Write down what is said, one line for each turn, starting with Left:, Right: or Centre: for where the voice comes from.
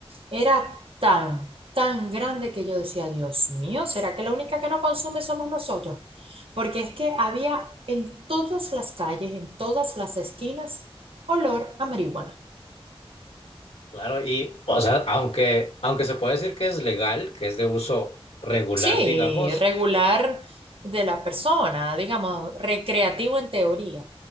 Right: era tan, tan grande que yo decía, Dios mío, ¿será que la única que no consume somos nosotros? Porque es que había en todas las calles, en todas las esquinas, olor a marihuana.
Left: Claro, y o sea, aunque, aunque se puede decir que es legal, que es de uso regular,
Right: Sí,
Left: digamos,
Right: regular de la persona, digamos, recreativo en teoría,